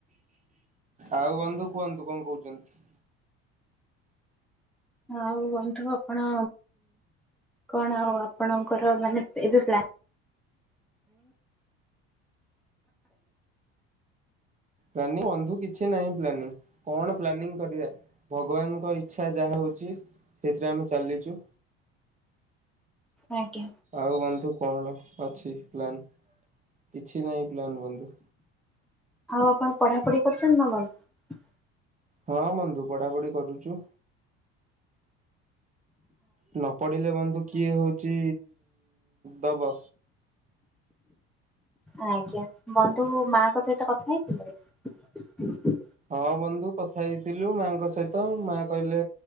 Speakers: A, on the right; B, in the centre.
A: ଆଉ ବନ୍ଧୁ କୁହନ୍ତୁ କଣ କହୁଛନ୍ତି?
B: ଆଉ ବନ୍ଧୁ ଆପଣ କଣ ଆଉ ଆପଣଙ୍କର ମାନେ ଏବେ ପ୍ଲାନ
A: ପ୍ଲାନିଂ ବନ୍ଧୁ କିଛି ନାହିଁ ପ୍ଲାନିଂ କଣ ପ୍ଲାନିଂ କରିବା ଭଗବାନଙ୍କ ଇଚ୍ଛା ଯାହା ହଉଛି ସେଥିରେ ଆମେ ଚାଲିଛୁ
B: ଆଜ୍ଞା।
A: ଆଉ ବନ୍ଧୁ କଣ ଅଛି ପ୍ଲାନ୍? କିଛି ନାହିଁ ପ୍ଲାନ୍ ବନ୍ଧୁ।
B: ଆଉ ଆପଣ ପଢାପଢି କରୁଛନ୍ତି ନା ବନ୍ଧୁ
A: ହଁ ବନ୍ଧୁ ପଢାପଢି କରୁଛୁ। ନ ପଢିଲେ ବନ୍ଧୁ କିଏ ହଉଛି ଦବ
B: ଆଜ୍ଞା ବନ୍ଧୁ ମାଆଙ୍କ ସହିତ କଥା ହେଇଥିଲେ?
A: ହଁ ବନ୍ଧୁ କଥା ହେଇଥିଲୁ ମାଆଙ୍କ ସହିତ ମାଆ କହିଲେ